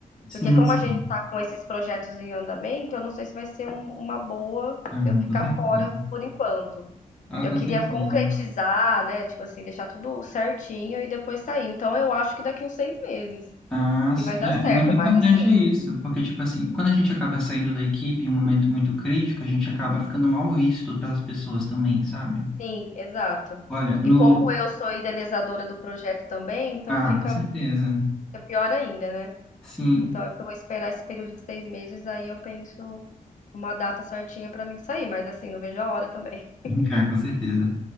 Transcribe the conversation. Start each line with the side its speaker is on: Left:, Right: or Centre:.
Centre: Sim,
Left: porque como
Centre: sim.
Left: a gente tá com esses projetos em andamento, eu não sei se vai ser um- uma boa
Centre: Ah,
Left: eu ficar
Centre: com certeza.
Left: fora por enquanto.
Centre: Ah,
Left: Eu
Centre: com
Left: queria
Centre: certeza.
Left: concretizar, né, tipo assim, deixar tudo certinho e depois sair. Então eu acho que daqui uns seis meses
Centre: Ah,
Left: que
Centre: sim.
Left: vai dar
Centre: É
Left: certo.
Centre: muito importante
Left: Mas assim,
Centre: isso, porque, tipo assim, quando a gente acaba saindo da equipe em um momento muito crítico, a gente acaba ficando mal visto pelas pessoas também, sabe?
Left: sim, exato.
Centre: Olha, no.
Left: E como eu sou idealizadora do projeto também, então
Centre: Ah,
Left: fica,
Centre: com certeza.
Left: fica pior ainda, né?
Centre: Sim.
Left: Então acho que eu vou esperar esse período de seis meses, aí eu penso uma data certinha pra mim sair. Mas assim, não vejo a hora também.
Centre: <laughs>
Left: <laughs>
Centre: Ah, com certeza.